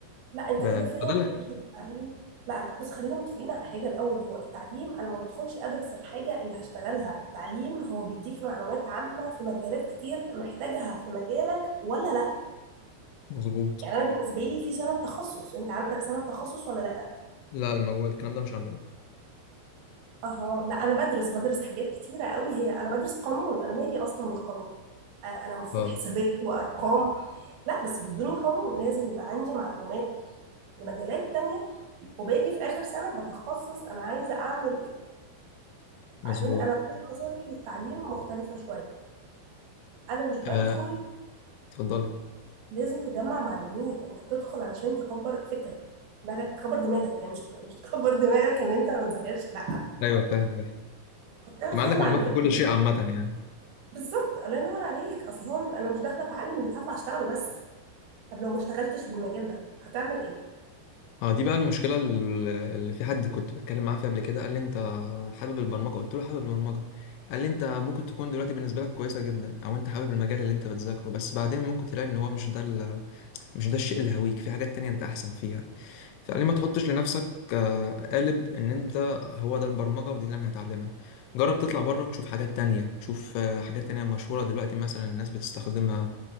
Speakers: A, on the right; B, on the left.
A: لا انت
B: ب-
A: كده فاهم
B: فده اللي-
A: فكره التعليم لا لا بص خلينا متفقين على حاجه الاول هو التعليم انا ما بدخلش ادرس الحاجه اللي هشتغلها التعليم هو بيديك معلومات عامه في مجالات كتير محتاجها في مجالك ولا لا
B: مظبوط
A: يعني انا بالنسبه لي في سنه تخصص انت عندك سنه تخصص ولا لا
B: لا الموضوع الكلام ده مش عندنا
A: اها لا انا بدرس بدرس حاجات كتيره قوي هي انا بدرس قانون انا مالي اصلا بالقانون آه، انا المفروض
B: اه
A: حسابات وارقام لا بس بيدوني قانون لازم يبقى عندي معلومات لمجالات تانية وباجي في آخر سنة بتخصص أنا عايزة أعمل
B: مظبوط
A: بعدين انا وجهة نظري للتعليم مختلفه شويه انا مش
B: آه،
A: بدخل
B: اتفضلي
A: لازم تجمع معلومات انت بتدخل علشان تكبر فكرك دماغك تكبر دماغك يعني مش مش تكبر دماغك ان انت ما تذاكرش لا
B: ايوه فاهم
A: تحط لها
B: يبقى
A: فيها
B: عندك
A: معلومات
B: معلومات في كل
A: مهمه
B: شيء عامة يعني
A: بالظبط الله ينور عليك اصل هو انا مش داخله اتعلم اللي هطلع اشتغله بس طب لو ما اشتغلتش بالمجال ده هتعمل ايه
B: اه دي بقى المشكلة ال- اللي في حد كنت بتكلم معاه فيها قبل كده قال لي انت حابب البرمجة قلت له حابب البرمجة قال لي انت ممكن تكون دلوقتي بالنسبة لك كويسة جدا او انت حابب المجال اللي انت بتذاكره بس بعدين ممكن تلاقي ان هو مش ده ال- مش ده الشيء اللي هويك في حاجات تانية انت احسن فيها فقال لي ما تحطش لنفسك آه، قالب ان انت هو ده البرمجة ودي اللي انا هتعلمها جرب تطلع بره تشوف حاجات تانية تشوف آه، حاجات تانية مشهورة دلوقتي مثلا الناس بتستخدمها